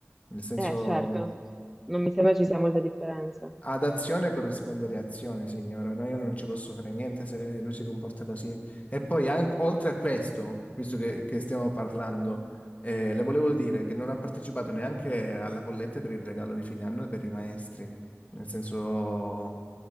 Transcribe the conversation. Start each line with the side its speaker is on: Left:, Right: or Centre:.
Left: nel senso...
Centre: eh, certo, non mi sembra ci sia molta differenza.
Left: Ad azione corrisponde reazione, signora. No, io non ci posso fare niente se lui si comporta così. E poi, anche, oltre a questo, visto che, che stiamo parlando, eh, le volevo dire che non ha partecipato neanche alla colletta per il regalo di fine anno per i maestri. Nel senso,